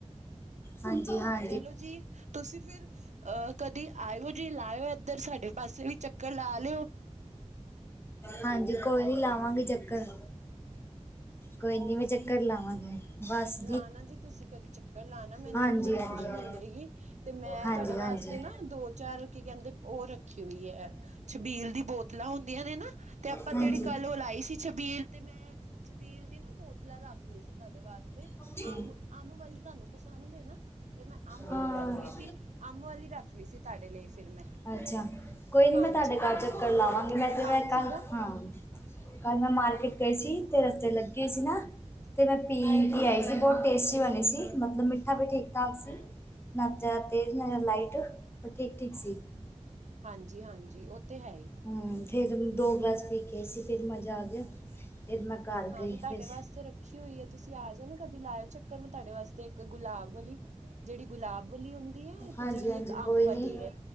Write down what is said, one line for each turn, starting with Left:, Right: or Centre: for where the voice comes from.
Left: ਹਾਂਜੀ- ਹਾਂ
Right: ਚਲੋ ਜੀ ਤੁਸੀਂ ਫਿਰ ਅਹ ਕਦੀ ਆਇਓ ਜੇ ਲਾਇਓ ਏਧਰ ਸਾਡੇ ਪਾਸੇ ਵੀ ਚੱਕਰ ਲਾ ਲਿਓ?
Left: ਹਾਂਜੀ, ਕੋਈ ਨੀ ਲਾਵਾਂਗੇ ਚੱਕਰ ਕੋਈ
Right: ਹੋਰ
Left: ਨੀ ਮੈਂ ਚੱਕਰ
Right: ਕੀ
Left: ਲਾਵਾਂਗੇ ਬਸ
Right: ਲਾ ਨਾ ਜੀ ਤੁਸੀਂ ਕਦੀ ਚੱਕਰ ਲਾ ਨਾ ਮੈਨੂੰ
Left: ਹਾਂਜੀ
Right: ਵੀ ਬੜੀ
Left: ਹਾਂਜੀ
Right: ਖੁਸ਼ੀ ਮਿਲੇਗੀ। ਤੇ ਮੈਂ
Left: ਹਾਂਜੀ
Right: ਤੁਹਾਡੇ ਵਾਸਤੇ ਨਾ ਦੋ-ਚਾਰ ਕੀ ਕਹਿੰਦੇ ਉਹ ਰੱਖ ਰੱਖੀ ਹੋਈ ਹੈ, ਛਬੀਲ ਦੀ ਬੋਤਲਾਂ ਹੁੰਦੀਆਂ ਨੇ ਨਾ ਤੇ ਆਪਾਂ
Left: ਹਾਂਜੀ
Right: ਜਿਹੜੀ ਕੱਲ੍ਹ ਉਹ ਲਾਈ ਸੀ ਛਬੀਲ ਤੇ ਮੈਂ ਛਬੀਲ ਦੀ ਨਾ ਬੋਤਲਾਂ ਰੱਖ ਲਈ ਸੀ ਤੁਹਾਡੇ ਵਾਸਤੇ
Left: ਹਾਂਜੀ
Right: ਅੰਮ- ਅੰਬ ਵਾਲੀ। ਤੁਹਾਨੂੰ ਪਸੰਦ ਏ ਨਾ ਤੇ ਮੈਂ ਅੰਬ ਵਾਲੀ
Left: ਹਾਂ
Right: ਰੱਖ ਲਈ ਸੀ- ਅੰਬ ਵਾਲੀ ਰੱਖ ਲਈ ਸੀ ਤੁਹਾਡੇ ਲਈ ਫਿਰ ਮੈਂ।
Left: ਅੱਛਾ ਕੋਈ ਨਹੀਂ
Right: ਹਾਂਜੀ
Left: ਮੈਂ ਤੁਹਾਡੇ ਘਰ
Right: ਹਾਂਜੀ
Left: ਚੱਕਰ ਲਾਵਾਂਗੀ
Right: ਤੇ ਮੇਰਾ
Left: ਮੈਂ ਤਾਂ
Right: ਮਨ
Left: ਮੈਂ ਕੱਲ੍ਹ
Right: ਸੀਗਾ
Left: ਹਾਂ। ਕੱਲ੍ਹ ਮੈਂ ਮਾਰਕੀਟ ਗਈ ਸੀ ਤੇ ਰਸਤੇ 'ਚ'ਲੱਗੀ ਸੀ ਨਾ। ਅਤੇ ਮੈਂ ਪੀਂ ਕੇ ਆਈ ਸੀ ਬਹੁਤ ਟੇਸਟੀ ਵਾਲੇ ਸੀ ਮਤਲਬ ਮਿੱ ਮਿੱਠਾ ਵੀ ਠੀਕ- ਠਾਕ ਸੀ ਨਾ ਜਿਆਦਾ ਤੇਜ਼ ਨਾ ਲਾਈਟ ਠੀਕ -ਠੀਕ ਸੀ।
Right: ਹਾਂਜੀ -ਹਾਂਜੀ ਉਹ ਤੇ ਹੈ ਹੀ।
Left: ਹੂੰ ਫਿਰ ਦੋ ਗਲਾਸ ਪੀਕੇ ਆਈ ਸੀ ਫਿਰ ਮਜ਼ਾ ਆ ਗਿਆ ਫਿਰ ਮੈਂ ਘਰ
Right: ਹਾਂ
Left: ਗਈ
Right: ਮੈਂ ਤੁਹਾਡੇ
Left: ਫਿਰ
Right: ਵਾਸਤੇ ਰੱਖ ਰੱਖੀ ਹੋਈ ਹੈ ਤੁਸੀਂ ਆ ਜਾਓ ਨਾ ਕਦੀ ਲਾਇਓ ਚੱਕਰ ਮੈਂ ਤੁਹਾਡੇ ਵਾਸਤੇ ਇੱਕ ਗੁਲਾਬ ਵਾਲੀ ਜਿਹੜੀ ਗੁਲਾਬ ਵਾਲੀ ਹੁੰਦੀ ਹੈ
Left: ਹਾਂਜੀ
Right: ਤੇ ਜਿਹੜੀ
Left: ਹਾਂਜੀ
Right: ਇੱਕ
Left: ਕੋਈ
Right: ਅੰਬ ਵਾਲੀ
Left: ਨਹੀਂ
Right: ਐ